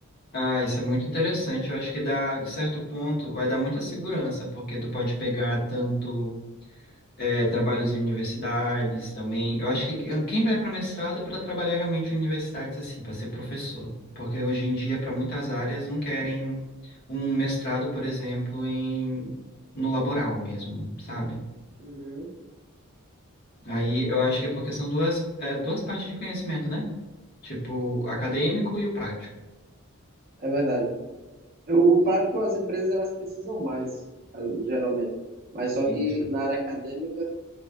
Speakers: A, on the left; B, on the right.
A: Ah, isso é muito interessante. Eu acho que dá, de certo ponto, vai dar muita segurança, porque tu pode pegar tanto. É, trabalhos em universidades também. Eu acho que quem quem vai para mestrado é para trabalhar realmente em universidades, assim, para ser professor. Porque hoje em dia, para muitas áreas, não querem um mestrado, por exemplo, em, no laboral mesmo, sabe?
B: Uhum.
A: Aí eu acho que é porque são duas, é, duas partes de conhecimento, né? Tipo, o acadêmico e o prático.
B: É verdade. O, o prático, as empresas, elas precisam mais, ah, geralmente. Mas só que
A: Isso.
B: na área acadêmica,